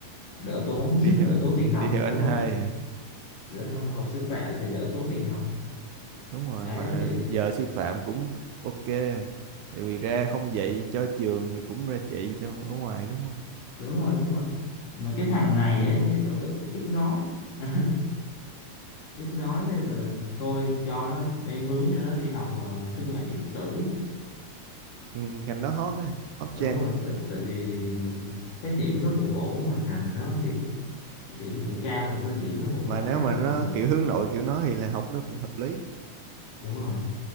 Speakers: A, on the left (about 70°); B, on the right (about 75°).
A: đỡ tốn
B: đi
A: <laughs>
B: theo
A: đỡ
B: anh
A: tốn tiền học
B: đi theo
A: đúng
B: anh hai
A: rồi
B: hả
A: đỡ, học sư phạm thì đỡ tốn tiền học
B: đúng rồi
A: ấy
B: mà
A: thì
B: giờ sư phạm cũng ok tại vì ra không dạy cho trường thì cũng ra dạy cho ở ngoài đúng không
A: đúng rồi đúng rồi mà cái thằng này á, thì nó bị ít nói <laughs> ít nói nên là thôi cho nó đang hướng cho nó đi học uh, thương mại điện tử
B: ừ, ngành đó hot á hot
A: đúng
B: trend
A: rồi
B: á
A: tại, tại vì thấy điểm nó cũng ổn mà ngành nó điểm điểm cũng
B: Ừ.
A: cao mà thôi điểm nó cũng
B: mà
A: ổn
B: nếu
A: chắc
B: mà
A: là
B: nó
A: học được
B: kiểu hướng nội kiểu nó thì là học nó cũng hợp lý
A: đúng rồi